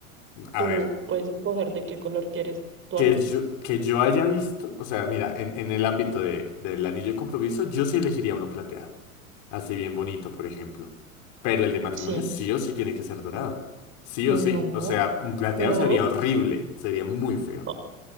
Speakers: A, on the left; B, on the right.
A: A
B: Tú
A: ver.
B: puedes escoger de qué color quieres tu
A: Que
B: argolla.
A: yo, que yo haya visto, o sea, mira, en, en el ámbito de, del anillo de compromiso, yo sí elegiría uno plateado, así bien bonito, por ejemplo. Pero el de matrimonio
B: Sí.
A: sí o sí tiene que ser dorado. Sí
B: No,
A: o sí. O sea, un plateado
B: no,
A: sería horrible, sería muy feo.
B: <laughs>
A: O
B: no,